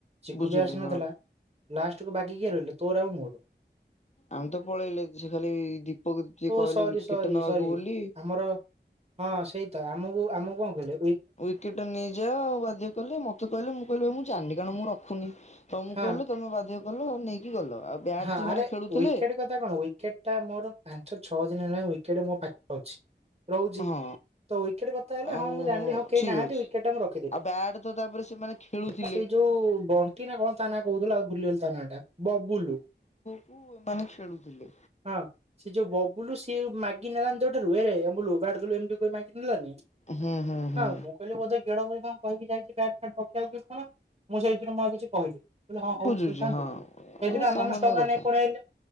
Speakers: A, on the right (about 35°); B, on the left (about 35°).
A: ଚିଖୁ
B: ବୁଝିଲି
A: ବି ଆସିନଥିଲା
B: ହଁ।
A: ଲାଷ୍ଟକୁ ବାକି କିଏ ରହିଲେ ତୋର ଆଉ ମୋର।
B: ଆମେ ତ ପଳେଇଲେ ସେ ଖାଲି ଦୀପକିଏ
A: ଓ
B: କହିଲେଚିକିଟ
A: ସରି ସରି
B: ନବାକୁ
A: ସରି।
B: ବୋଲି।
A: ଆମର ହଁ ସେଇ ତ ଆମକୁ ଆମକୁ କଣ କ
B: ୱିକେଟ ନେଇଯାଅ ବାଧ୍ୟ କହିଲେ ମତେ କହିଲେ ମୁଁ କହିଲି ମୁଁ ଜାଣିଲି କାରଣ ମୁଁ ରଖୁନି। ତମକୁ
A: ହଁ
B: କହିଲୁ ତମ ବାଧ୍ୟ କଲ। ଗଲ ଆଉ ବ୍ୟାଟ
A: ହଁ
B: ସେମାନେ
A: ଆରେ
B: ଖେଳୁଥିଲେ
A: ୱିକେଟ କଥା କଣ ୱିକେଟ ଟା ମୋର ପାଞ୍ଚ ଛଅ ଦିନ ହେଲାନି ୱିକେଟ ମୋ ପାଖ ଅଛି। ରହୁଚି
B: ହଁ
A: ତ ୱିକେଟ କଥା ହେଲେ
B: ଆଉ
A: ହଁ ମୁଁ ଜାଣିଲି ହଁ କେହି
B: ଠିକ
A: ନାହାନ୍ତି
B: ଅଛି।
A: ୱିକେଟ ଟା ମୁଁ ରଖିଦେବି।
B: ଆଉ ବ୍ୟାଟ ତ ତାପରେ ସେମାନେ ଖେଳୁଥିଲେ
A: ଆ ସେଇ ଯୋଉ ବଣ୍ଟି ନା କଣ ତା ନା କହୁଥିଲା ଆଉ ଭୁଲି ତା ନା ଟା ବବୁଲୁ
B: କୁ ଏମାନେ ଖେଳୁଥିଲେ
A: ହଁ ସେ ଯୋଉ ବୁଲୁ ସିଏ ମାଗି ନେଲାନି ତୋ ଠାରୁ ଏରେ ଅମୁଲୋ ବ୍ୟାଟ ଦେଲୁ ଏମତି କହିକି ଶିଲାନି
B: ହୁଁ ହୁଁ ହୁଁ
A: ହଁ ମୁଁ କହିଲି ବୋଧେ ଗେଡ ବୋଲି ଙ୍କ କହିକି ଯାଇଥିବ। <unintelligible> ମୁଁ ସେଇଥିରୁ ମୁଁ ଆଉ କିଛି କହି ମୁଁ କହିଲି ହଁ ହଉ
B: ବୁଝୁଛି
A: ଖେଳୁଥାନ୍ତୁ
B: ହଁ
A: କାଇଯିନା
B: ଏ
A: ଆମେ
B: ସାମାନ୍ୟ
A: ମାନେ ଷ୍ଟମ ଉରା
B: କଥା
A: ନେଇକି ପଳେଇ ଆଇଲେ